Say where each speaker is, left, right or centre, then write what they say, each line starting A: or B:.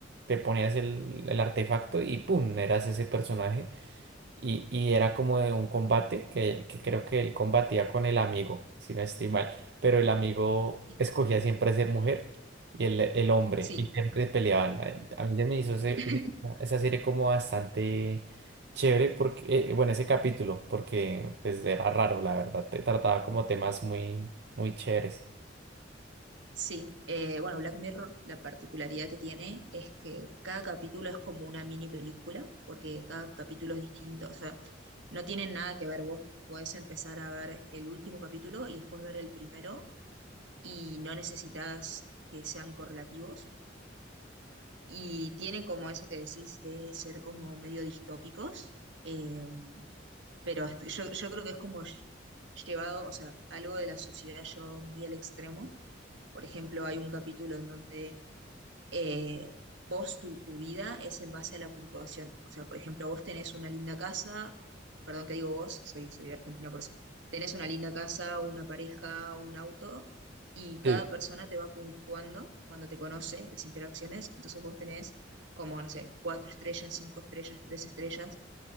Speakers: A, on the right; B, on the right.
A: te ponías el, el artefacto y ¡pum! eras ese personaje. Y, y era como de un combate que, que creo que él combatía con el amigo, si no estoy mal. Pero el amigo
B: sí.
A: escogía siempre ser mujer y el, el hombre,
B: sí.
A: y siempre peleaban. A a mí se me hizo ese-
B: <laughs>
A: ese- esa serie como bastante chévere, porque, eh, bueno, ese capítulo, porque pues era raro, la verdad. Te trataba como temas muy, muy chéveres.
B: Sí, eh, bueno, Black Mirror, la particularidad que tiene es que cada capítulo es como una mini película, porque cada capítulo es distinto, o sea, no tienen nada que ver. Vos podés empezar a ver el último capítulo y después ver el primero, y no necesitas que sean correlativos. Y tienen como eso que decís de ser como medio distópicos, eh, pero est- yo, yo creo que es como ll- llevado, o sea, algo de la sociedad llevado muy al extremo. Por ejemplo, hay un capítulo en donde eh, vos tu, tu vida es en base a la puntuación. O sea, por ejemplo, vos tenés una linda casa, perdón que digo vos, soy, soy de Argentina por eso, tenés una linda casa, una pareja, un auto, y cada
A: Sí.
B: persona te va puntuando cuando te conoce, las interacciones, entonces vos tenés como, no sé, cuatro estrellas, cinco estrellas, tres estrellas,